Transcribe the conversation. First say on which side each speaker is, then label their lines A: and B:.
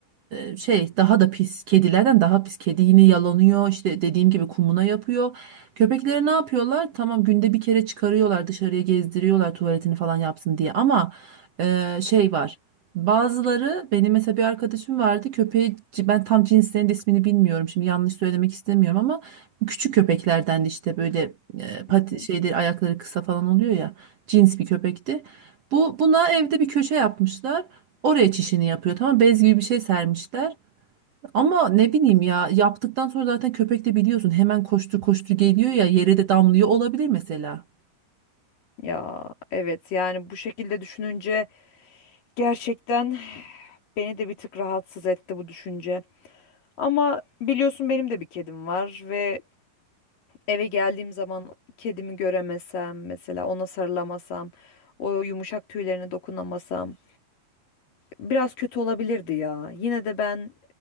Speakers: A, on the right (about 55°); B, on the left (about 65°).
A: e, şey daha da pis. Kedilerden daha pis. Kedi yine yalanıyor. işte dediğim gibi kumuna yapıyor. Köpekleri ne yapıyorlar? Tamam günde bir kere çıkarıyorlar dışarıya gezdiriyorlar tuvaletini falan yapsın diye. Ama e, şey var. Bazıları benim mesela bir arkadaşım vardı köpeği ben tam cinslerinin de ismini bilmiyorum şimdi yanlış söylemek istemiyorum ama küçük köpeklerden de işte böyle e, pati,
B: Hı hı.
A: şeyleri ayakları kısa falan oluyor ya cins bir köpekti. Bu buna evde bir köşe yapmışlar. Oraya çişini yapıyor. Tamam bez gibi bir şey sermişler. Ama ne bileyim ya yaptıktan sonra zaten köpek de biliyorsun hemen koştur koştur geliyor ya yere de damlıyor olabilir mesela.
B: Ya evet yani bu şekilde düşününce Gerçekten beni de bir tık rahatsız etti bu düşünce. Ama biliyorsun benim de bir kedim var ve eve geldiğim zaman kedimi göremesem, mesela ona sarılamasam, o yumuşak tüylerine dokunamasam biraz kötü olabilirdi ya. Yine de ben